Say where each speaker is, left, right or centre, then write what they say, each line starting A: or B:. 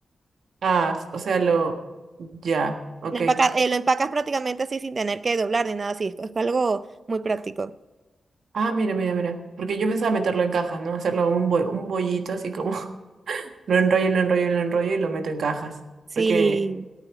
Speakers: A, on the right; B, on the right.
A: Ah, s- o sea, lo... Ya, ok.
B: Lo empacas, lo empacas prácticamente así sin tener que doblar ni nada así. Es algo muy práctico.
A: Ah, mira, mira, mira. Porque yo pensaba meterlo en cajas, ¿no? Hacerlo un bol- un bollito así como <laughs> lo enrollo, lo enrollo, lo enrollo y lo meto en cajas.
B: Sí,
A: Porque,